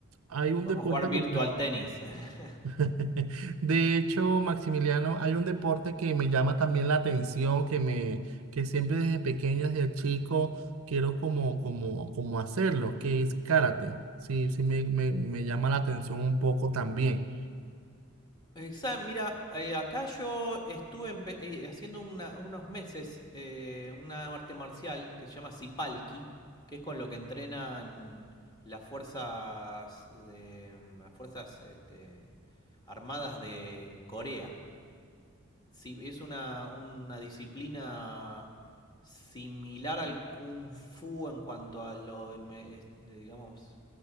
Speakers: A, on the right; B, on the left.
A: hay un
B: Podemos
A: deporte
B: jugar virtual
A: que...
B: tenis. <laughs>
A: <laughs> De hecho, Maximiliano, hay un deporte que me llama también la atención, que me, que siempre desde pequeño, desde chico, quiero como, como, como hacerlo, que es karate. Sí, sí me, me me llama la atención un poco también.
B: Exa- mira, eh, acá yo estuve empe- eh, haciendo una- unos meses eh, una arte marcial que se llama Sipalki, que es con lo que entrenan las fuerzas de mm, las fuerzas este, armadas de Corea. Sí, es una, una disciplina similar al Kung Fu en cuanto a lo, me- es- digamos,